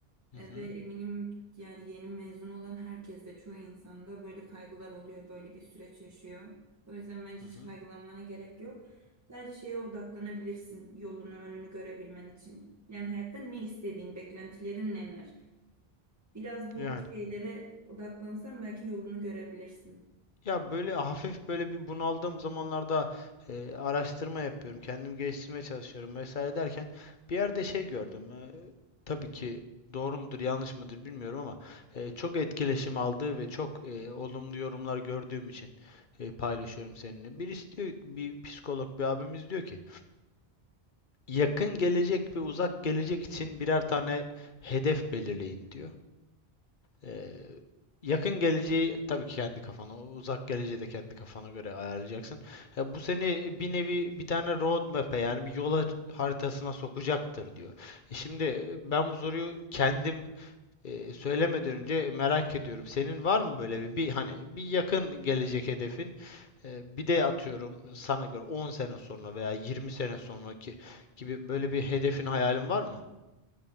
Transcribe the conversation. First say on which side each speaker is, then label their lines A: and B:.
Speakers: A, on the left; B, on the right.
A: Hı
B: E,
A: hı.
B: Ve eminim yani yeni mezun olan herkeste çoğu insanda böyle kaygılar oluyor, böyle bir süreç yaşıyor. O yüzden bence
A: Hı
B: hiç
A: hı.
B: kaygılanmana gerek yok. Sadece şeye odaklanabilirsin, yolunu, önünü görebilmen için. Yani hayatta ne istediğin, beklentilerin neler? Biraz bu
A: Yani.
B: şeylere odaklansan belki yolunu görebilirsin.
A: Ya böyle hafif böyle bir bunaldığım zamanlarda e, araştırma yapıyorum. Kendimi geliştirmeye çalışıyorum vesaire derken bir yerde şey gördüm. E, tabii ki doğru mudur yanlış mıdır bilmiyorum ama e, çok etkileşim aldığı ve çok e, olumlu yorumlar gördüğüm için e, paylaşıyorum seninle. Birisi diyor bir psikolog bir abimiz diyor ki yakın gelecek ve uzak gelecek için birer tane hedef belirleyin diyor. Ee, yakın geleceği tabii ki kendi kafana, uzak geleceği de kendi kafana göre ayarlayacaksın. Ya bu seni bir nevi bir tane road map'e yani bir yol har- haritasına sokacaktır diyor. E şimdi e, ben bu soruyu kendim e, söylemeden önce merak ediyorum. Senin var mı böyle bir, bir hani bir yakın gelecek hedefin? E, bir de atıyorum sana göre 10 sene sonra veya 20 sene sonraki gibi böyle bir hedefin hayalin var mı?